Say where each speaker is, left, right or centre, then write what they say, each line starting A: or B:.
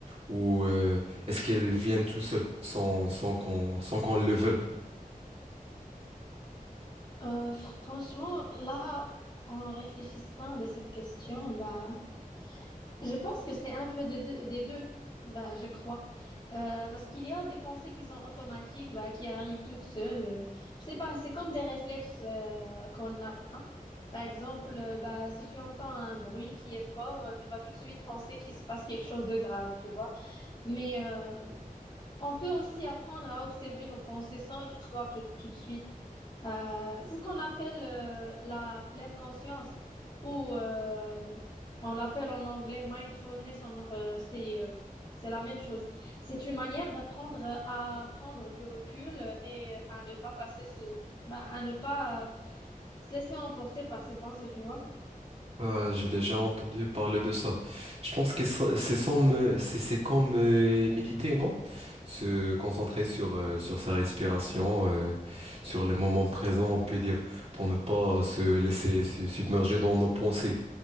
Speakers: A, on the right; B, on the left.
A: Ou euh, est-ce qu'elles viennent tout seules, sans, sans qu'on, sans qu'on le veuille?
B: Euh, franchement, là, en réfléchissant de cette question, bah, Je pense que c'est un peu des deux, des deux, bah, je crois. Euh, parce qu'il y a des pensées qui sont automatiques, bah, qui arrivent toutes seules. Euh, je sais pas, c'est comme des réflexes euh, qu'on a. Par exemple, euh, bah, si tu entends un bruit qui est fort, euh, tu vas tout de suite penser qu'il se passe quelque chose de grave, tu vois. Mais euh, on peut aussi apprendre à observer nos pensées sans y croire tout, tout de suite. Euh, c'est ce qu'on appelle euh, la pleine conscience ou euh, on l'appelle en anglais mindfulness, en- euh, c'est euh, c'est la même chose. C'est une manière d'apprendre à prendre du recul et à ne pas passer ce, bah, à ne pas se laisser emporter par ses pensées, tu vois.
A: Ah, j'ai déjà entendu parler de ça. Je pense que ça- c'est sans me- c'est c'est comme euh, méditer, non? Se concentrer sur euh, sur sa respiration, euh, sur le moment présent, on peut dire, pour ne pas se laisser se submerger dans nos pensées.